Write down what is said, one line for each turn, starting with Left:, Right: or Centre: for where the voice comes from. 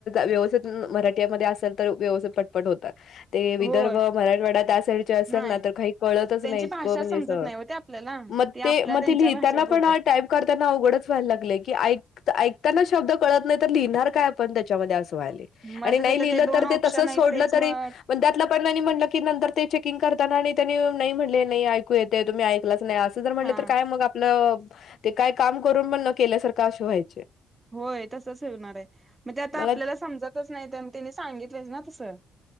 Left: व्यवस्थित मराठीमध्ये असल तर व्यवस्थित पटपट होतात. ते विदर्भ
Right: होय
Left: मराठवाडा त्या साईडचे असेल
Right: नाही
Left: ना तर काही कळतच
Right: त्यांची
Left: नाही इतकं
Right: भाषा
Left: म्हणजे
Right: समजत
Left: अस
Right: नाही हो ते आपल्याला
Left: मग ते
Right: आपल्या
Left: मग
Right: त्यांच्या
Left: ते लिहताना
Right: भाषेत बोलतात
Left: पण टाईप करताना अवघडच व्हायला लागले की ऐक ऐक ताना शब्द कळत नाही तर लिहिणार काय आपण त्याच्यामध्ये अस अस व्हायलाय
Right: मग
Left: आणि
Right: आता
Left: नाही
Right: तिथं
Left: लिहिल
Right: दोन
Left: तर
Right: ऑप्शन
Left: ते तसंच
Right: आहेत
Left: सोडलं
Right: तेच
Left: तरी
Right: मग
Left: पण त्यातलं पण म्हटलं की ते चेकिंग करताना आणि त्यांनी नाही म्हटले नाही ऐकू येते तुम्ही ऐकलाच नाही असं जर म्हटले
Right: हा
Left: तर काय मग मग ते काय काम करून पण न केल्यासारखं असे व्हायचे.
Right: होय तसच हे होणार आहे मग ते आता
Left: मला
Right: आपल्याला समजतच नाही. तर त्यांनी सांगित होतेच ना तसं,